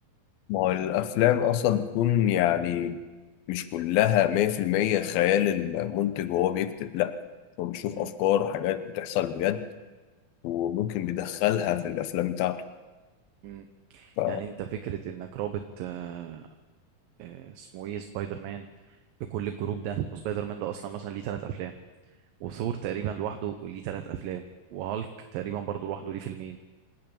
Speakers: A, on the left (about 80°); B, on the right (about 75°).
A: ما هو الأفلام أصلا بتكون يعني مش كلها مية في المية خيال المنتج وهو بيكتب لأ هو بيشوف
B: مم.
A: أفكار وحاجات بتحصل بجد وممكن بيدخلها في الأفلام بتاعته
B: مم.
A: ف...
B: يعني انت فكره انك رابط آه، آه، اسمه ايه سبايدر مان بكل الجروب ده وسبايدر مان ده اصلا مثلا ليه ثلاث افلام وثور تقريبا لوحده ليه ثلاث افلام وهالك تقريبا برضه لوحده ليه فيلمين